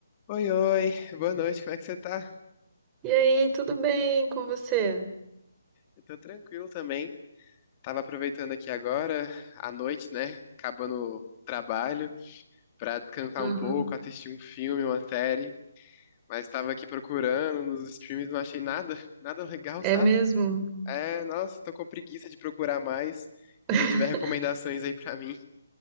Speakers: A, on the left (about 25°); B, on the right (about 20°).
A: Oi, oi, boa noite, como é que você tá?
B: E aí, tudo bem com você?
A: Eu tô tranquilo também. Tava aproveitando aqui agora, à noite, né? Acabando o trabalho, pra descansar
B: Aham.
A: um pouco, assistir um filme, uma série. Mas tava aqui procurando nos streams, não achei nada, <laughs> nada legal,
B: É
A: sabe?
B: mesmo?
A: É, nossa, tô com preguiça de procurar mais.
B: <laughs>
A: Se tiver recomendações aí pra mim.